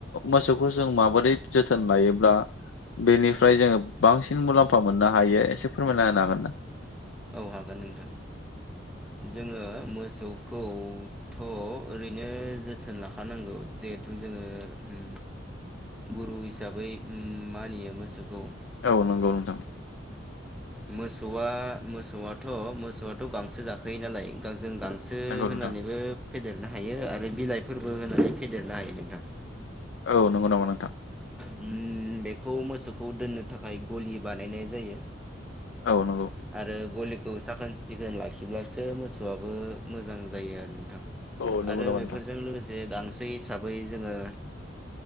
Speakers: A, on the left; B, in the centre.
A: मोसौखौ जों माबोरै जोथोन लायोब्ला बेनिफ्राय जोङो बांसिन मुलाम्फा मोननो हायो एसे फोरमायना होनो हागोन ना।
B: औ हागोन नोंथां जोङो मोसौखौथ' ओरैनो जोथोन लाखानांगौ जिहेथु जोङो ओ गुरु हिसाबै ओ मानियो मोसौखौ।
A: औ नंगौ नोंथां।
B: मोसौआ मोसौआथ' मोसौआथ' गांसो जाखायो नालाय गां जों गांसो
A: नंगौ नोंथां
B: होनानैबो फेदेरनो हायो आरो बिलाइफोरबो होनानै फेदेरनो हायो नोंथां।
A: औ नंगौ नामा नोंथां
B: ओम बेखौ मोसौखौ दोननो थाखाय गलि बानायनाय जायो।
A: औ नंगौ
B: आरो गलिखौ साखोन सिखोन लाखिब्लासो मोसौआबो मोजां जायो आरो नोंथां
A: औ नंगौ
B: आरो
A: नामा नोंथां?
B: बेफोरजों लोगोसे जे गांसो हिसाबै जोङो